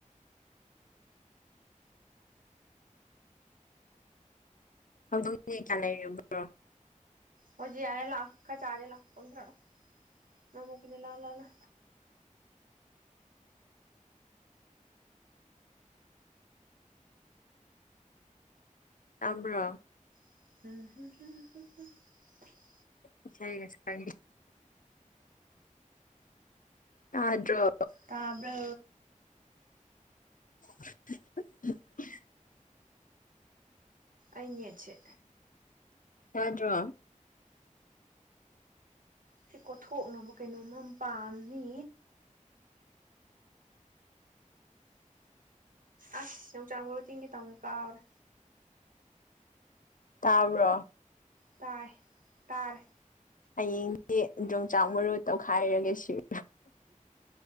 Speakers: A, on the left (about 75°); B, on the right (about 80°).
A: ꯍꯧꯗꯣꯛ ꯀꯌꯥ ꯂꯩ꯭ꯔꯣ
B: ꯑꯣꯖꯤ ꯌꯥ ꯂ ꯀ ꯆꯥꯔꯦ ꯂ ꯀꯟ ꯇ꯭ꯔꯅꯣ ꯑꯃ ꯄꯨꯅꯦ ꯂꯥ ꯂꯅ
A: ꯇꯕ꯭ꯔ
B: ꯝ
A: ꯏꯁꯩ ꯉꯁ ꯌꯥꯥꯗ꯭ꯔꯣ
B: ꯇꯥꯕ
A: <inaudible>
B: ꯑꯆꯦ
A: ꯌꯥꯗ꯭ꯔꯣ
B: ꯁꯤ ꯀꯣꯠꯊꯣꯛꯅꯕ ꯀꯩꯅꯣꯝꯃꯝ ꯄꯥꯝꯃꯤ ꯑꯁ ꯌꯣꯡꯆꯥꯡ ꯃꯔꯕꯨ ꯆꯤꯡꯒꯦ ꯇꯧꯅꯤ ꯀꯥꯎꯔꯦ
A: ꯇꯥꯕ꯭ꯔꯣ
B: ꯇꯥꯏ ꯇꯔ
A: ꯍꯌꯦꯡꯗꯤ ꯌꯣꯡꯆꯥꯛ ꯃꯔꯨ ꯇꯧꯈꯥꯏꯔꯒꯦ ꯁꯤꯔ